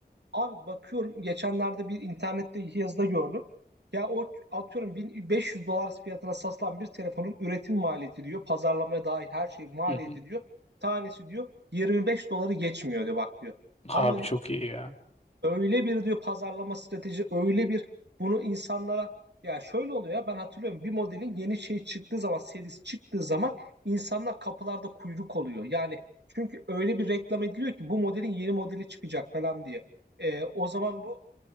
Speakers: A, on the right; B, on the left.
A: Abi bakıyorum geçenlerde bir internette yazıda gördüm. Ya o atıyorum 1500 dolar fiyatına satılan bir telefonun üretim maliyeti diyor. Pazarlamaya dahil her şey maliyeti
B: Hı hı.
A: diyor. Tanesi diyor 25 doları geçmiyor diyor bak diyor.
B: Abi
A: Ama
B: çok iyi ya.
A: Öyle bir diyor pazarlama strateji, öyle bir bunu insanlara ya şöyle oluyor ya ben hatırlıyorum bir modelin yeni şey çıktığı zaman serisi çıktığı zaman insanlar kapılarda kuyruk oluyor. Yani çünkü öyle bir reklam ediliyor ki bu modelin yeni modeli çıkacak falan diye. Ee, o zaman bu